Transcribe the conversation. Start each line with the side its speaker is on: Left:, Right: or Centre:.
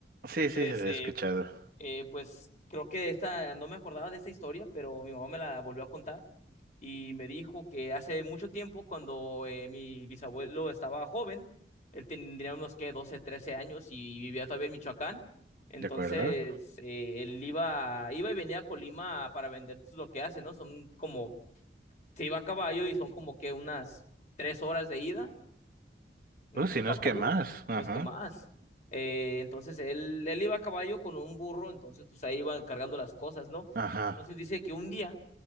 Right: Sí,
Left: Entonces,
Right: sí, sí, se lo
Left: eh,
Right: he escuchado.
Left: eh, pues creo que esta, no me acordaba de esta historia, pero mi mamá me la volvió a contar y me dijo que hace mucho tiempo, cuando eh, mi bisabuelo estaba joven, él tendría unos que 12 13 años y vivía todavía en Michoacán. Entonces,
Right: ¿De acuerdo?
Left: eh, él iba, iba y venía a Colima para vender pues, lo que hace, ¿no? Son como se iba a caballo y son como que unas tres horas de ida mm,
Right: Uh, si
Left: a caballo,
Right: no es que más.
Left: y no
Right: Ajá,
Left: es que más. Eh, entonces él, él iba a caballo con un burro, entonces pues ahí iban cargando las cosas, ¿no?
Right: ajá.
Left: Entonces dice que un día